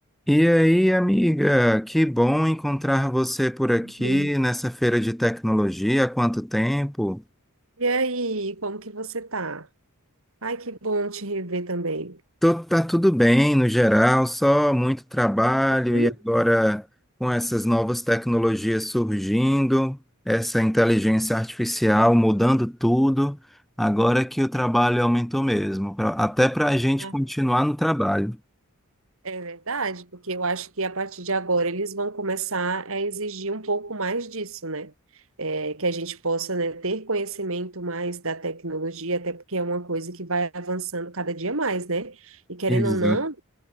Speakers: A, in the centre; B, on the right.
A: E aí, amiga, que bom encontrar você por aqui
B: Uhum.
A: nessa feira de tecnologia. Há quanto tempo?
B: E aí, como que você tá? Ai, que bom te rever também.
A: Tô- tá tudo bem no geral, só muito trabalho
B: Hum?
A: e agora com essas novas tecnologias surgindo, essa inteligência artificial mudando tudo, agora que o trabalho aumentou mesmo, pra- até para a gente
B: Ah,
A: continuar no trabalho.
B: É verdade, porque eu acho que a partir de agora eles vão começar a exigir um pouco mais disso, né? É, que a gente possa, né, ter conhecimento mais da tecnologia, até porque é uma coisa que vai avançando cada dia mais, né? E querendo
A: Exato.
B: ou não,